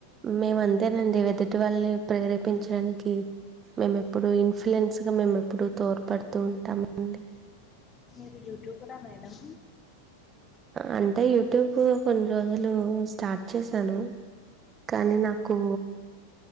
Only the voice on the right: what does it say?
మేము అంతేనండి ఎదుటి వాళ్ళని ప్రేరేపించడానికి మేము ఎప్పుడు ఇన్ఫ్లుయెన్స్గా మేము ఎప్పుడు తోడ్పడుతూ ఉంటామండి
అంటే యూట్యూబ్ కూ కొన్ని రోజులు స్టార్ట్ చేసాను కానీ నాకు